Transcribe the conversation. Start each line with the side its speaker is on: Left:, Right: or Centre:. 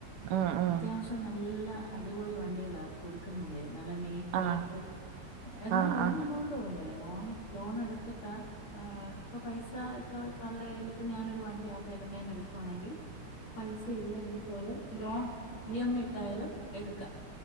Right: ഉം
Left: അത്യാവശ്യം
Right: ഉം
Left: അപ്പം നല്ല അടിപൊളി വണ്ടികളാ കൊടുക്കുന്നത് നല്ല നീറ്റ് ചേർത്ത്
Right: ആ
Left: എന്നാ
Right: ആ ആ
Left: ലോണ്
Right: ആ
Left: ഉള്ളോണ്ട് പോണ്ടേ ലോൺ ലോണ് എടുത്തിട്ടാ ആഹ് ഇപ്പൊ പൈസ ഇപ്പൊ ആളുടെ കൈയ്യിൽ ഇപ്പ ഞാനൊരു വണ്ടി ആ ചേട്ടൻന്റെ നിന്ന് എടുക്കുവാണെങ്കിൽ പൈസ ഇല്ലെങ്കിൽ പോലും ലോൺ ഇ എം ഐ ഇട്ടായാലും എടുക്കാ